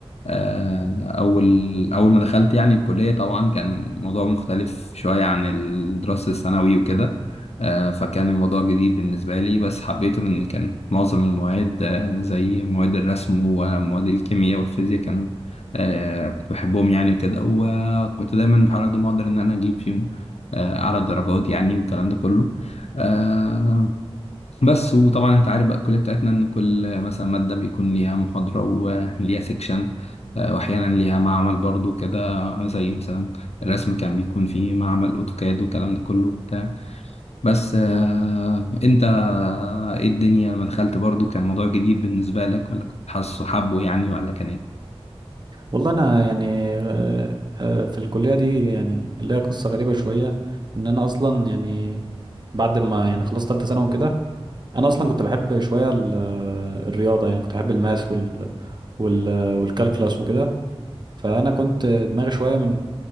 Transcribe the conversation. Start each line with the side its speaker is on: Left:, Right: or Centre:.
Left: آه، أول أول ما دخلت يعني الكلية طبعا كان موضوع مختلف شوية عن الدراسة الثانوي وكده آه، فكان الموضوع جديد بالنسبة لي بس حبيته لأن كان معظم المواد آه، زي مواد الرسم ومواد الكيمياء والفيزياء كانوا آه، كنت بحبهم يعني وكده وكنت دايما بحاول على قد ما أقدر إن أنا أجيب فيهم آه، أعلى درجات يعني والكلام ده كله آه، بس وطبعا انت عارف بقى الكليه بتاعتنا ان كل مثلا ماده بيكون ليها محاضره وليها سيكشن واحيانا ليها معمل برضو كده زي مثلا الرسم كان بيكون فيه معمل اوتوكاد والكلام ده كله بتاع بس آه، انت ايه الدنيا لما دخلت برضو كان موضوع جديد بالنسبه لك ولا كنت حاسه حبه يعني ولا كان ايه
Right: والله انا يعني آه، آه، في الكلية دي يعني ليها قصة غريبة شوية ان انا اصلا يعني بعد ما يعني خلصت تالتة ثانوي وكده انا اصلا كنت بحب شويه ال- الرياضه يعني كنت بحب الماث وال وال والكالكلاس وكده فانا كنت دماغي شويه من